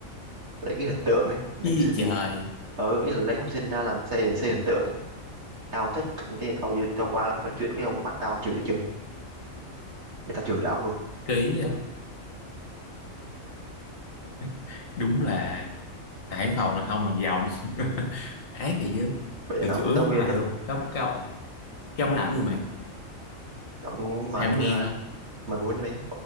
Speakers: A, on the right (about 55°); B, on the left (about 75°).
A: lấy cái hình tượng ấy lấy học
B: Ý
A: sinh
B: trời
A: ở ý là lấy học sinh ra làm xây để xây hình tượng ấy tao không thích thì tao vừa- tao qua nói chuyện cái ông bắt tao ông chửi cái trường thì tao chửi là ông luôn
B: ký <laughs> đúng là Hải Phòng là không lòng vòng <laughs> ác thì chứ
A: bây giờ
B: từ
A: tao
B: chửi
A: không thích giáo
B: ông
A: viên
B: thầy
A: lắm
B: luôn
A: mày
B: cấm cao cái ông làm gì mày
A: ông mà
B: thầy
A: của
B: không nghe
A: tao
B: thôi
A: mà của với mày